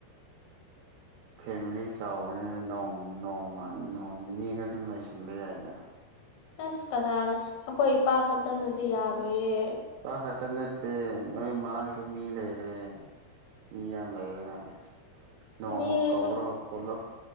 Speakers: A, on the right; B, on the left.
A: ꯐꯦꯃꯤꯂꯤ ꯆꯥꯎꯅꯤ ꯅꯣꯡ ꯅꯣꯡꯃ ꯅꯣꯡ ꯅꯤꯅꯤꯗ ꯑꯗꯨꯝ ꯂꯣꯏꯁꯤꯟꯕ ꯌꯥꯏꯗ
B: ꯑꯁ ꯀꯅꯥꯅ ꯑꯩꯈꯣꯏ ꯏꯄꯥ ꯈꯛꯇꯅꯗꯤ ꯌꯥꯔꯨꯌꯦ
A: ꯄ ꯈꯛꯇ ꯅꯠꯇꯦ ꯅꯣꯏ ꯃꯥꯒꯤꯁꯨ ꯃꯤ ꯂꯩꯔꯦ ꯃꯤ ꯌꯥꯝ ꯂꯩꯌꯦꯅ ꯅꯣꯡꯃ
B: ꯃꯤꯁꯨ
A: ꯀꯧꯔꯒ ꯄꯨꯂꯞ